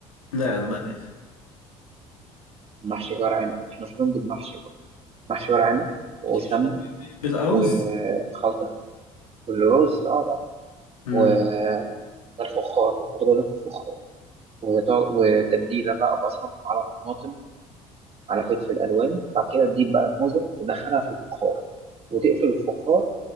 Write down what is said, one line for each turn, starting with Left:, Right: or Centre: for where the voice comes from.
Left: نعم ما أعرف
Right: محشي ورق عنب احنا مشهورين بالمحشي برضه محشي ورق عنب وسمنه
Left: بتحشو ب- ب- بالأرز
Right: وخلطه بالرز اه طبعا
Left: مم.
Right: والفخار بتحط جوه في الفخار وت- وتتبيله بقى بصل على طماطم على فلفل الوان بعد كده تجيب بقى الموزه تدخلها في الفخار وتقفل الفخار